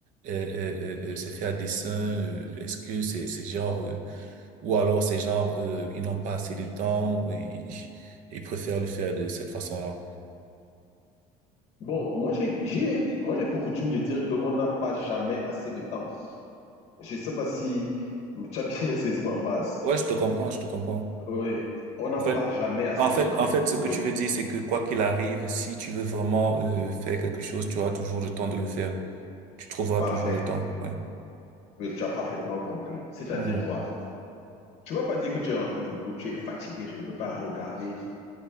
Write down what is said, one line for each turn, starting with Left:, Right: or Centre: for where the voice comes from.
Right: euh, euh, euh, euh, c'est fait à dessein, euh, est-ce que c'est c'est genre euh, Ou alors c'est genre, euh, ils n'ont pas assez de temps, ils, ils préfèrent le faire de cette façon-là.
Left: Bon, moi j'ai, j'ai, moi j'ai pour coutume de dire qu'on n'a pas jamais assez de temps. Je ne sais pas si tu as bien saisi ma phrase.
Right: Ouais, je te comprends, je te comprends.
Left: Oui, on n'a
Right: En
Left: pas
Right: fait,
Left: jamais assez
Right: en fait,
Left: de temps.
Right: en fait, ce
Left: Oui,
Right: que tu veux dire, c'est que quoi qu'il arrive, si tu veux vraiment euh, faire quelque chose, tu auras toujours le temps de le faire. Tu trouveras
Left: parfait.
Right: toujours le temps, ouais.
Left: Oui, tu as parfaitement compris. C'est-à-dire
Right: Mhm.
Left: quoi? Tu vas pas dire que tu es rentré du boulot, tu es fatigué, je ne peux pas regarder